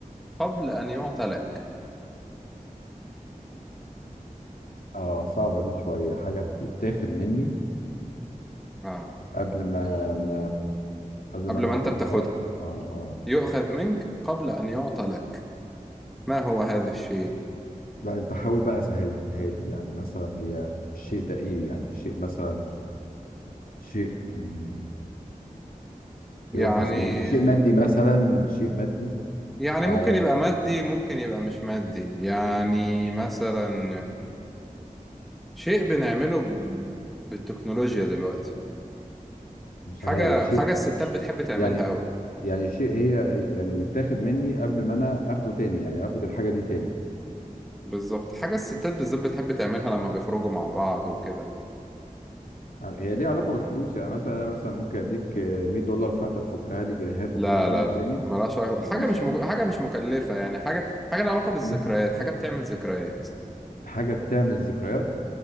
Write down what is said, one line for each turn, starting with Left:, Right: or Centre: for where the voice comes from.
Centre: قبل أن يعطى لك
Left: اه صعبة دي شوية حاجة بتتاخد مني
Centre: آه
Left: قبل ما, ما قبل
Centre: قبل
Left: ما انا
Centre: ما
Left: اخدها
Centre: أنت بتاخدها
Left: اه اه
Centre: يؤخذ منك قبل أن يعطى لك ما هو هذا الشيء؟
Left: لا انت حاول بقى سهلها لي يعني مثلا هي الشيء ده ايه يعني شيء مثلا شيء مم،
Centre: يعني
Left: يؤخذ مني شيء مادي مثلا شيء مادي
Centre: يعني
Left: ما
Centre: ممكن
Left: يعني
Centre: يبقى مادي ممكن يبقى مش مادي يعني مثلا شيء بنعمله ب- بالتكنولوجيا دلوقتي
Left: مش
Centre: حاجة
Left: عارف شيء
Centre: حاجة الستات بتحب تعملها
Left: يعني
Centre: أوي
Left: يعني شيء هي يعني بيتاخد مني قبل ما انا اخده تاني يعني اخد الحاجه دي تاني
Centre: بالظبط حاجة الستات بالذات بتحب تعملها لما بيخرجوا مع بعض وكده
Left: هي ليها علاقه بالفلوس يعني مثلا انا مثلا ممكن اديك 100 دولار فانت تفكها لي جنيهات
Centre: لا
Left: واخدها منك
Centre: لا لا
Left: تاني
Centre: ملهاش علاقة
Left: ملهاش
Centre: حاجة مش مك... حاجة مش مكلفة يعني حاجة حاجة لها علاقة بالذكريات
Left: <laughs>
Centre: حاجة بتعمل ذكريات
Left: حاجه بتعمل ذكريات